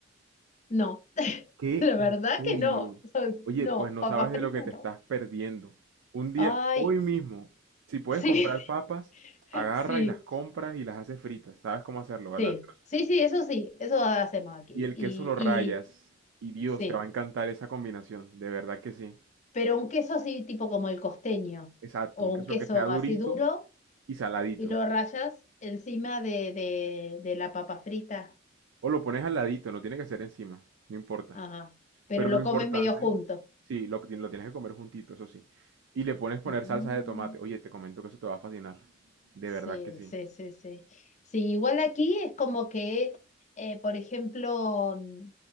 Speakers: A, on the left; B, on the right.
A: No, <laughs>
B: ¿Qué?
A: la
B: ¿En
A: verdad
B: serio?
A: que no. Son-
B: Oye,
A: no,
B: pues no
A: papa
B: sabes
A: frita
B: de lo que te
A: no.
B: estás perdiendo. Un día,
A: Ay,
B: hoy mismo, si puedes
A: sí,
B: comprar papas, agarra
A: <laughs> sí,
B: y las compras y las haces fritas. ¿Sabes cómo hacerlo, verdad?
A: sí, sí, sí, eso sí, eso hacemos aquí.
B: y el
A: Y,
B: queso lo rayas.
A: y
B: Y Dios,
A: sí,
B: te va a encantar esa combinación, de verdad que sí.
A: pero un queso así tipo como el costeño,
B: Exacto,
A: o
B: un
A: un
B: queso
A: queso
B: que sea durito
A: así duro
B: y saladito.
A: y lo rayas encima de, de, de la papa frita.
B: O lo pones al ladito, no tiene que ser encima, no importa.
A: Ajá, pero
B: Pero
A: lo
B: lo importante,
A: comes medio junto.
B: sí, lo, que ti- lo tienes que comer juntito, eso sí. Y le pones poner
A: Mm.
B: salsa de tomate. Oye, te comento que eso te va a fascinar. De
A: Sí,
B: verdad que sí.
A: sí, sí, sí. Sí, igual aquí es como que, eh, por ejemplo, mm,